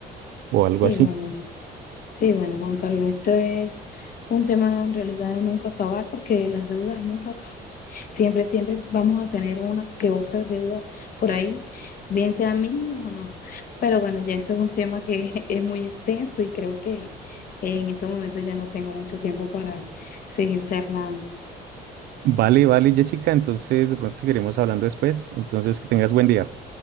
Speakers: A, on the right (about 70°); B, on the left (about 60°).
A: o algo
B: Sí,
A: así.
B: bueno, sí, bueno, Juan Carlos, esto es un tema en realidad de nunca acabar porque las deudas nunca acaban. Siempre, siempre vamos a tener una que otras deudas por ahí, bien sean mínimas o no. Pero bueno, ya esto es un tema que <laughs> es muy extenso y creo que en estos momentos ya no tengo mucho tiempo para seguir charlando.
A: Vale, vale, Jessica, entonces de pronto seguiremos hablando después. Entonces que tengas buen día.